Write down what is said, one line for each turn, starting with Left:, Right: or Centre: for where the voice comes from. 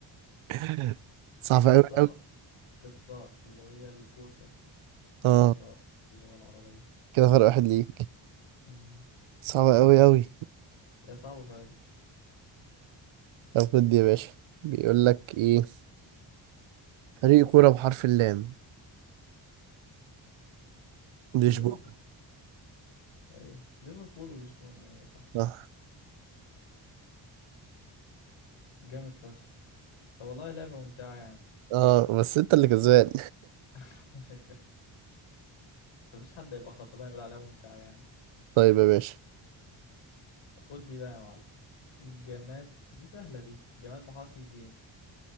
Right: <laughs> صعبة
Left: قصة
Right: أوي أوي
Left: قصة اللي هي الكوسة ما
Right: آه
Left: قصة اللي هو العربية
Right: كده فرق واحد ليك
Left: مم.
Right: صعبة أوي أوي
Left: يا صعب فعلا
Right: طب خد يا باشا بيقول لك إيه فريق كورة بحرف اللام لشبونة
Left: ليفربول أيوه ليفربول ولشبونة أيوه صح
Right: صح
Left: جامد فشخ طب والله لعبة ممتعة يعني
Right: آه بس أنت اللي كسبان
Left: <laughs> مفيش حد يبقى خسران يقول عليها ممتعة يعني
Right: <laughs> طيب يا باشا
Left: خد دي بقى يا معلم جماد دي سهلة دي جماد بحرف الجيم